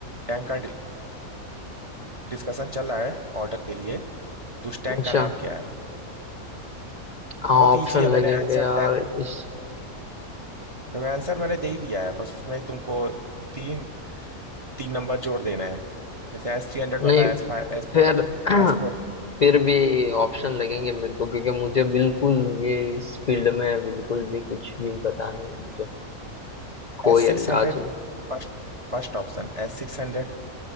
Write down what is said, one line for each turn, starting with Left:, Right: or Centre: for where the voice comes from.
Right: टैंक का डिस्कशन चल रहा है ऑर्डर के लिए तो उस टैंक
Left: अच्छा
Right: का नाम क्या है
Left: हाँ
Right: बहुत
Left: ऑप्शन
Right: ईजी है
Left: लगेंगे
Right: मैंने आंसर
Left: यार इस
Right: तो आंसर मैंने दे ही दिया है बस उसमें तुमको तीन तीन नंबर जोड़ देना है जैसे एस थ्री हंड्रेड बताया
Left: नहीं
Right: S five S
Left: फिर
Right: four hundred
Left: <clears throat>
Right: S four
Left: फिर भी ऑप्शन लगेंगे मेरे को क्योंकि मुझे बिल्कुल ये इस फील्ड में बिल्कुल भी कुछ भी पता नहीं है मुझे कोई
Right: S
Left: अंदाज
Right: six hundred
Left: नहीं
Right: First first option S six hundred